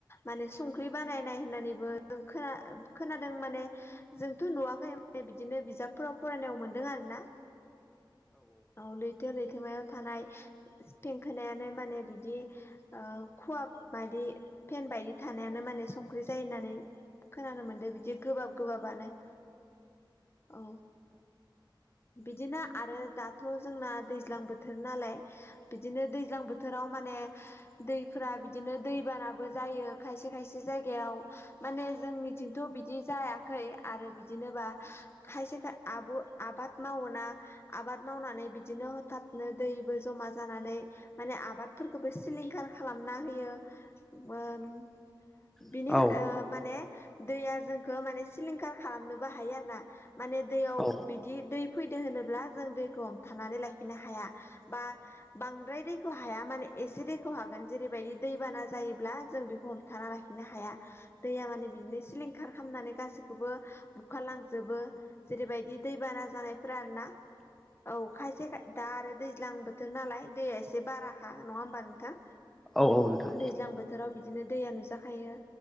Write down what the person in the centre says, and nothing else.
औ औ
औ
औ नोंथां